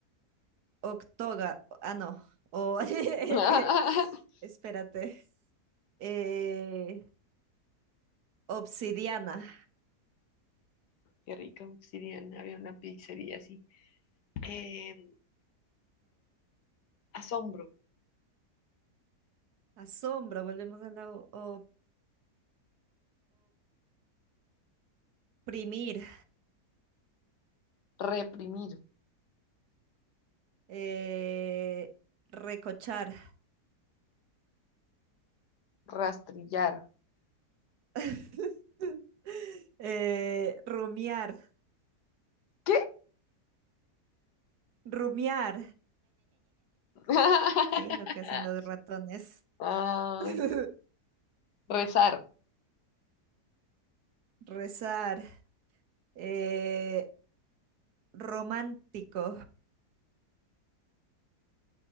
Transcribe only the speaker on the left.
<laughs>
Qué rico, obsidiana, había una pizzería así. Em, asombro,
reprimir,
rastrillar.
¿Qué?
<laughs>
Ah,
rezar,